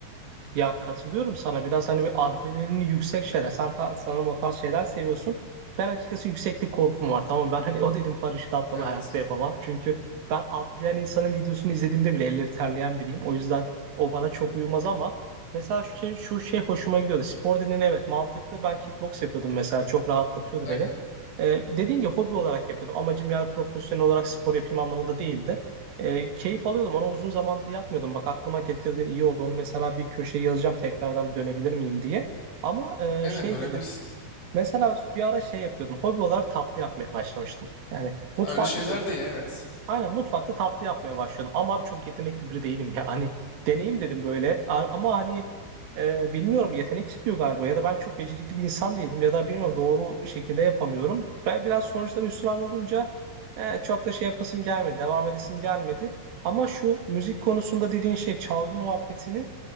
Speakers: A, on the right; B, on the left.
A: Ya katılıyorum sana. Biraz hani bir adrenalini yüksek şeyler. Sen ta- sanırım o tarz şeyler seviyorsun. Ben açıkçası yükseklik korkum var. Tamam ben hani o dedim paraşüt atlama
B: Evet.
A: hayatta yapamam. Çünkü ben atlayan insanın videosunu izlediğimde bile elleri terleyen biriyim. O yüzden o bana çok uyumaz ama mesela şu şey, şu şey hoşuma gidiyordu. Spor dediğin evet mantıklı. Ben kickbox yapıyordum mesela. Çok rahatlatıyordu
B: Aynen.
A: beni. Ee, dediğin gibi hobi olarak yapıyordum. Amacım yani profesyonel olarak spor yapayım anlamında değildi. E, keyif alıyordum. Onu uzun zamandır yapmıyordum. Bak aklıma getirdiğin iyi oldu. Onu mesela bir köşeye yazacağım tekrardan bir dönebilir miyim diye. Ama e,
B: Aynen
A: şey
B: dönebilirsin.
A: dedin. Mesela bir ara şey yapıyordum. Hobi olarak tatlı yapmaya başlamıştım. Yani mutfağa
B: Ha, öyle şeyler
A: giriyordum.
B: de iyi evet.
A: Aynen mutfakta tatlı yapmaya başladım. Ama abi çok yetenekli biri değilim ya. Hani deneyim dedim böyle. A- Ama hani e, bilmiyorum yetenek istiyor galiba. Ya da ben çok becerikli bir insan değilim. Ya da bilmiyorum doğru şekilde yapamıyorum. Ben biraz sonuçlara hüsran olunca e, çok da şey yapasım gelmedi. Devam edesim gelmedi. Ama şu müzik konusunda dediğin şey çalgı muhabbetini